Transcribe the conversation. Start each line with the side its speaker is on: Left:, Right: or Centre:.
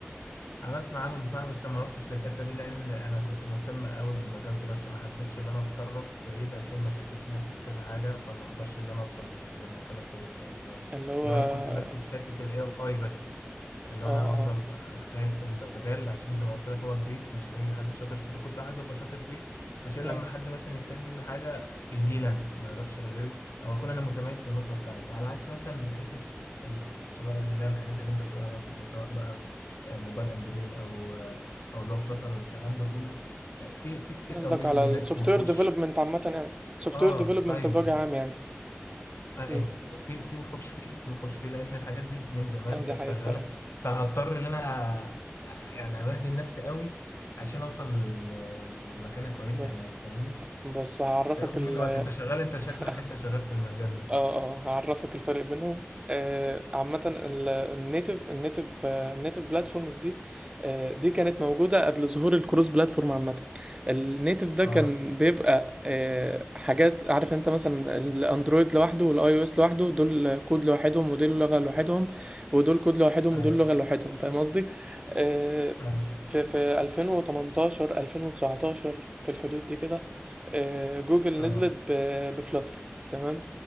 Left: انا اسمع عنهم بصراحه بس انا ما رحتش للحته دي لان انا كنت مهتم قوي بمجال دراستي ما حبيتش ان انا اتطرف بعيد عشان ما شتتش نفسي في كذا حاجه فما اقدرش ان انا اوصل لمكانه كويسه يعني مثلا
Right: اللي هو
Left: لو
Right: اه
Left: انا كنت مركز في حته الاي اي بس اللي
Right: اه
Left: هو انا افضل اجتهد في المجال عشان زي ما قلت لك هو جديد مش اي حد شاطر فيه فكنت عايز ابقى شاطر فيه عشان
Right: اه
Left: لما حد مثلا يحتاج مني حاجه يجي لي انا ما يروحش لغيري او اكون انا متميز في النقطه بتاعتي على عكس مثلا حته ال- سواء اللي هي الحاجات اللي انت بتقول عليها سواء بقى موبايل اندرويد او او اللي هو فلاتر والكلام ده كله في في كتير
Right: قصدك
Left: قوي
Right: على
Left: وناس
Right: السوفت
Left: وحوش
Right: وير ديفلوبمنت عامة يعني السوفت
Left: اه
Right: وير ديفلوبمنت
Left: ايوه
Right: بوجه عام يعني
Left: ايوه
Right: امم
Left: في في وحوش فيه في وحوش فيه لان الحاجات دي من زمان
Right: اه ده
Left: ناس
Right: حقيقي
Left: شغاله
Right: الصراحة
Left: فهضطر ان انا ه- يعني هبهدل نفسي قوي عشان اوصل ل- لمكانه كويسه
Right: بس
Left: هناك فاهمني
Right: بص هعرفك
Left: فياخد
Right: ال...
Left: مني وقت انت شغال انت شكلك
Right: <laughs>
Left: انت شغال في المجال ده
Right: اه اه هعرفك الفرق بينهم آه عامة ال- النيتف النيتف آه، النيتف بلاتفورمز دي آه دي كانت موجودة قبل ظهور الكروس بلاتفورم عامة النيتف ده
Left: اه
Right: كان بيبقى آه حاجات عارف انت مثلا الاندرويد لوحده والاي او اس لوحده دول كود لوحدهم ودول لغة لوحدهم ودول كود لوحدهم
Left: ايوه
Right: ودول لغة لوحدهم فاهم قصدي؟ آه
Left: ايوه
Right: في في 2018 2019 في الحدود دي كده آه جوجل
Left: اه
Right: نزلت ب- بفلاتر تمام